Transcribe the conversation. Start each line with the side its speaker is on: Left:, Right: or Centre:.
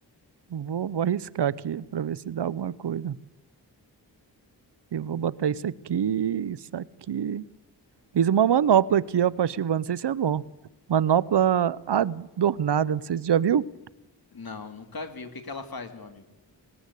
Right: Vou, vou arriscar aqui pra ver se dá alguma coisa. Eu vou botar isso aqui, isso aqui. Fiz uma manopla aqui, ó, pra ativar, não sei se é bom. Manopla adornada, não sei se você já viu.
Left: Não, nunca vi. O que que ela faz, meu amigo?